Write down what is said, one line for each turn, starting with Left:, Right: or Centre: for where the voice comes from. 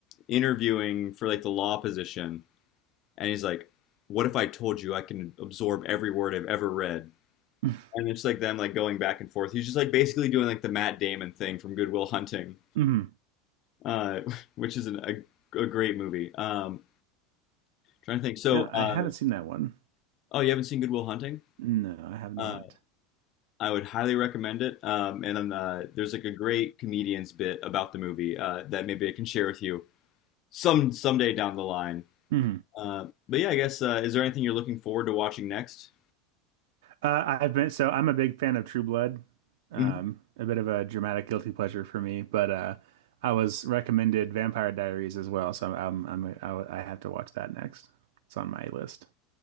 Left: interviewing for like the law position, and he's like, "What if I told you I can absorb every word I've ever read?"
Right: <laughs>
Left: And it's like them like going back and forth. He's just like basically doing like the Matt Damon thing from Good Will Hunting.
Right: hmm
Left: uh, <laughs> which is an, a, a great movie. Um, trying to think. So,
Right: Yeah, I
Left: uh,
Right: haven't seen that one.
Left: oh, you haven't seen Good Will Hunting?
Right: No, I have not.
Left: Uh, I would highly recommend it. Um, and then, uh, there's like a great comedian's bit about the movie uh, that maybe I can share with you some someday down the line.
Right: hmm
Left: Uh, but yeah, I guess uh, is there anything you're looking forward to watching next?
Right: Uh, I've been so I'm a big fan of True Blood. Um,
Left: Mhm.
Right: a bit of a dramatic guilty pleasure for me, but uh, I was recommended Vampire Diaries as well, so I'm, I'm, I'm I, I have to watch that next. It's on my list.